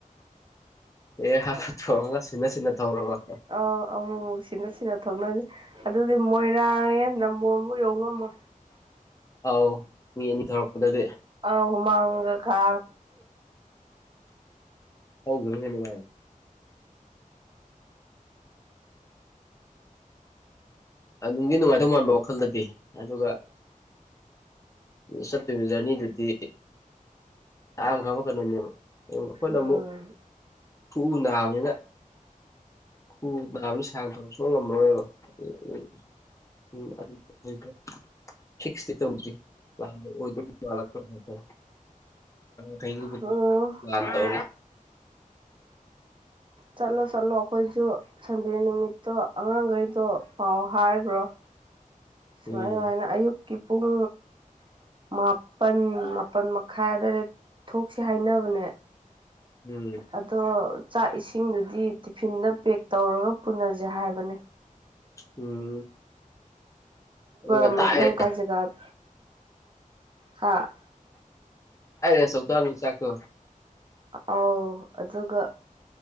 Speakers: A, on the left; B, on the right.
A: ꯑꯦ ꯍꯥꯐꯨꯠ ꯊꯣꯡꯉꯒ ꯁꯤꯅ ꯁꯤꯟꯅ ꯊꯧꯔꯒ
B: ꯑꯥꯎ ꯑꯃꯨꯛ ꯑꯃꯨꯛ ꯁꯤꯅ ꯁꯤꯅ ꯊꯣꯛꯅꯔꯤ ꯑꯗꯨꯗꯤ ꯃꯣꯏꯔꯥꯡ ꯅꯝꯕꯣꯣꯟ ꯌꯉꯃ
A: ꯑꯥꯎ ꯃꯤ ꯑꯅꯤ ꯊꯧꯔꯛꯄꯗꯗꯤ
B: ꯑ ꯍꯨꯃꯥꯡ ꯈꯥ
A: ꯎꯝ ꯍꯒꯪꯅꯦ ꯑꯗꯨꯉꯥꯏꯅꯦ ꯑꯗꯨꯒꯤ ꯅꯨꯡꯉꯥꯏꯇꯧ ꯃꯥꯟꯕ ꯋꯥꯈꯜꯗꯗꯤ ꯑꯗꯨꯒ ꯁꯠꯇꯖꯅꯤꯗꯨꯗꯤ ꯇꯥꯡꯈ꯭ꯔꯕ ꯀꯩꯅꯣꯅꯦꯕ ꯑꯩꯈꯣꯏꯅ
B: ꯎꯝ
A: ꯑꯃꯨꯛ ꯊꯨꯎ ꯅꯥꯕꯅꯤꯅ ꯎ ꯕ ꯁꯥꯡ ꯇꯧ ꯁꯣꯛ ꯉꯝꯃꯔꯣꯏꯕ ꯎ ꯎꯝ ꯑꯗꯨꯣ ꯐꯤꯁ ꯇ ꯎꯗ꯭ꯔꯤꯗꯇꯥꯦ ꯊꯦꯡꯨ
B: ꯑꯣ
A: ꯌꯥ ꯇ
B: ꯆꯠꯂꯣ ꯆꯠꯂꯣ ꯑꯩꯈꯣꯏꯁꯨ ꯁꯟꯗꯦ ꯅꯨꯃꯤꯠꯇꯣ ꯑꯉꯥꯡꯈꯩꯗꯣ ꯄꯥꯎ ꯍꯥꯏꯈ꯭ꯔꯣ ꯁꯨꯃꯥꯏ
A: ꯎꯝ
B: ꯁꯨꯃꯥꯏꯅ ꯑꯌꯨꯛꯀꯤ ꯄꯨꯡ ꯃꯥꯄꯟ ꯃꯥꯄꯜ ꯈꯥꯏꯗꯔꯦ ꯊꯣꯛꯁꯦ ꯍꯥꯏꯅꯕꯅꯦ
A: ꯎꯝ
B: ꯑꯗꯣ ꯆꯥꯛ ꯏꯁꯤꯡꯗꯨꯗꯤ ꯇꯤꯐꯤꯟꯗ ꯄꯦꯛ ꯇꯧꯔꯒ ꯄꯨꯅꯁꯦ ꯍꯥꯏꯕꯅꯦ
A: ꯎꯝ ꯑꯗꯨꯒ
B: ꯃꯐꯝ
A: ꯇꯥꯛꯑꯦ
B: ꯀꯥꯏ ꯖꯒꯥ ꯍꯥ
A: ꯦ ꯁ ꯇ ꯆꯥꯛꯀ
B: ꯑꯧ ꯑꯗꯨꯒ